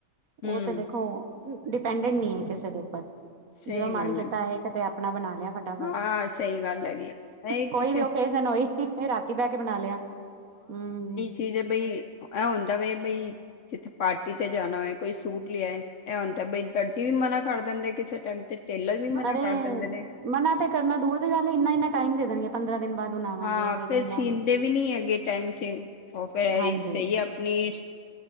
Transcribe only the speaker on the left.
ਹੂੰ
ਸਹੀ
ਗੱਲ
ਹਾਂ ਸਹੀ ਗੱਲ ਹੈਗੀ ਆ ਇਹ
ਕਿਸੇ
ਤੇ, ਜੇ ਬਈ, ਏ ਹੁੰਦਾ ਵੇ ਏ ਬਈ। ਜਿੱਥੇ ਪਾਰਟੀ ਤੇ ਜਾਣਾ ਹੋਏ। ਕੋਈ ਸੂਟ ਲਿਆ। ਏ ਹੁਣਦਾ ਏ ਬਈ, ਦਰਜੀ ਵੀ ਮਨਾ ਕਰ ਦਿੰਦੇ, ਕਿਸੇ ਟਾਈਮ ਤੇ। ਟੇਲਰ ਵੀ ਮਨਾ
ਕਰ ਦਿੰਦੇ ਨੇ
ਹਾਂ।
ਫੇਰ
ਸੀਨਦੇ ਵੀ, ਨਹੀਂ ਹੈਗੇ, ਟਾਈਮ ਸੀਰ। ਉਹ ਫੇਰ
ਸਹੀ ਹੈ, ਆਪਣੀ।